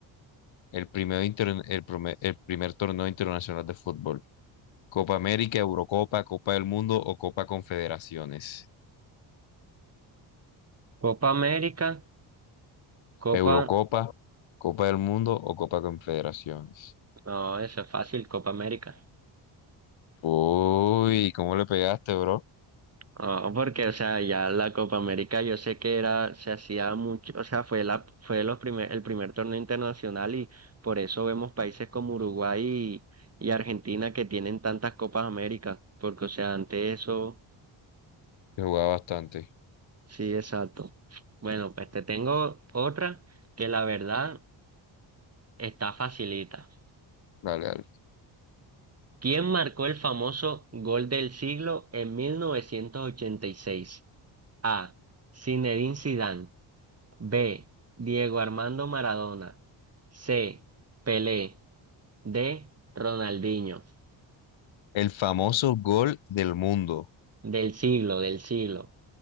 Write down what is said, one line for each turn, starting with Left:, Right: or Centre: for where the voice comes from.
Left: el primer, inter- el prome- el primer torneo internacional de fútbol? ¿Copa América, Eurocopa, Copa del Mundo o Copa Confederaciones?
Right: Copa América. Copa.
Left: Eurocopa, Copa del Mundo o Copa Confederaciones.
Right: No, eso es fácil, Copa América.
Left: Uy, ¿cómo le pegaste, bro?
Right: Ah, porque, o sea, ya la Copa América yo sé que era, se hacía mucho, o sea, fue la, fue los primer, el primer torneo internacional y por eso vemos países como Uruguay y, y Argentina que tienen tantas Copas América, porque, o sea, ante eso,
Left: Que jugaba bastante.
Right: sí, exacto. Bueno, pues te tengo otra que la verdad está facilita.
Left: Vale, vale.
Right: ¿Quién marcó el famoso gol del siglo en 1986? A. Zinedine Zidane. B. Diego Armando Maradona. C. Pelé. D. Ronaldinho.
Left: El famoso gol del mundo.
Right: Del siglo, del siglo.